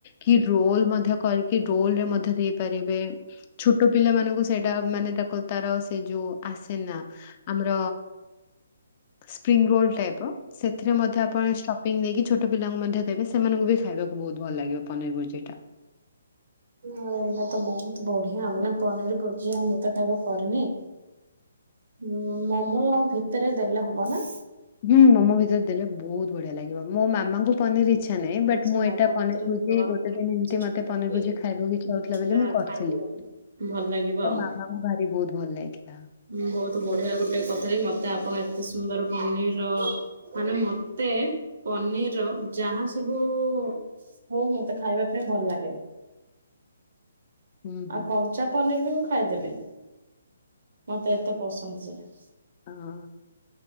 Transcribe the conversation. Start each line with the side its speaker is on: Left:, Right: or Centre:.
Left: କି ରୋଲ୍ ମଧ୍ୟ କରି କି ରୋଲ ରେ ମଧ୍ୟ ଦେଇପାରିବେ, ଛୋଟ ପିଲା ମାନଙ୍କୁ ସେଇଟା ମାନେ ତାକୁ ତାର ସେ ଯୋଉ ଆସେ ନା ଆମର ସ୍ପ୍ରିଙ୍ଗ ରୋଲ ଟାଇପ୍ ସେଥିରେ ମଧ୍ୟ ଆପଣ ଷ୍ଟପିଂ ଦେଇକି ଛୋଟ ପିଲାଙ୍କୁ ମଧ୍ୟ ଦେବେ, ସେ ସେମାନଙ୍କୁ ବି ଖାଇବାକୁ ଭୋହୁତ୍ ଭଲ ଲାଗିବ ପନିର୍ ଭୋଜି ଟା।
Right: ନା ଏଇଟା ତ ବହୁତ୍ ବଢିଆ ହବନା, ପନିର୍ ଭୋଜି ଆଉ ମୁଁ ତ ତାକୁ କରିନି। ଉଁ ମୋମୋ ଭିତରେ ଦେଲେ ହବ ନାଁ?
Left: ହୁଁ ମୋମୋ ଭିତରେ ଦେଲେ ବୋହୁତ୍ ବଢିଆ ଲାଗିବ, ମୋ ମାମାଙ୍କୁ ପନିର୍ ଇଛା ନାହିଁ, ବଟ୍
Right: ସେ
Left: ମୁଁ
Right: ମୋମୋ
Left: ଏଟା ପନିର୍‌ଭୋଜି
Right: ଭିତରେ ହିଁ ଦବା
Left: ଗୋଟେ
Right: ପାଇଁ
Left: ଦିନ୍ ଏମ୍ତି
Right: ଚେଷ୍ଟା
Left: ମତେ
Right: କରିବି।
Left: ପନିର୍ ଭୋଜି ଖଇବାକୁ ଇଛା
Right: ଦେଖିବା
Left: ହଉଥି ଲା ବୋଲି ମୁଁ କରିଥିଲି।
Right: ଖାଇବି ଆଉ ଭଲ ଲାଗିବ
Left: ତ
Right: ଆଉ
Left: ମାମାଙ୍କୁ ଭାରି ବହୁତ୍ ଭଲ ଲାଗିଥିଲା।
Right: ଉଁ ବହୁତ୍ ବଢିଆ ଗୋଟେ ସତରେ, ମତେ ଆପଣ ଏତେ ସୁନ୍ଦର ପନିର୍ ର ମାନେ ମତେ ପନିର୍ ର ଯାହା ସବୁ ଉ ଉ ହୋଉ ମତେ ଖାଇବା ପାଇଁ ଭଲ୍ ଲାଗେ‌।
Left: ହୁଁ ହୁଁ
Right: ଆଉ କଞ୍ଚା ପନିର୍ ବି ମୁଁ ଖାଇଦେବି। ମତେ ଏତେ ପସନ୍ଦ ସେରା।
Left: ହଁ